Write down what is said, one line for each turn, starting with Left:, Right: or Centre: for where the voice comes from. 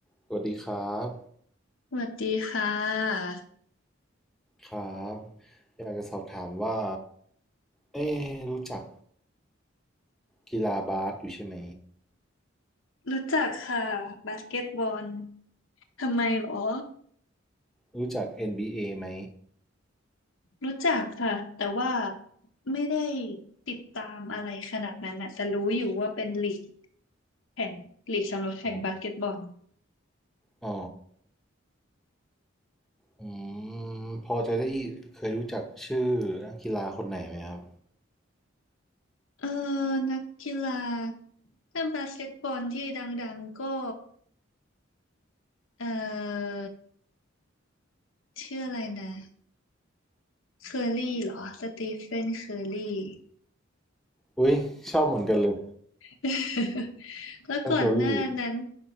Centre: สวัสดีครับ
Left: สวัสดีค่ะ
Centre: ครับอยากจะสอบถามว่าเอ๊ะรู้จักกีฬาบาสอยู่ใช่ไหม
Left: รู้จักค่ะบาสเกตบอลทำไมหรอ
Centre: รู้จัก NBA ไหม
Left: รู้จักค่ะแต่ว่าไม่ได้ติดตามอะไรขนาดนั้นนะแต่รู้อยู่ว่าเป็นลีกแข่งลีกสำหรับแข่งบาสเกตบอล
Centre: ครับอ๋ออืมพอจะได้เคยรู้จักชื่อนักกีฬาคนไหนไหมครับ
Left: เออนักกีฬาถ้าบาสเกตบอลที่ดังๆก็เออชื่ออะไรนะเคอร์รี่เหรอสตีเฟนเคอร์รี่
Centre: อุ้ยชอบเหมือนกันเลย
Left: <laughs> แล้วก่อนหน้านั้น
Centre: ไมเคิลลี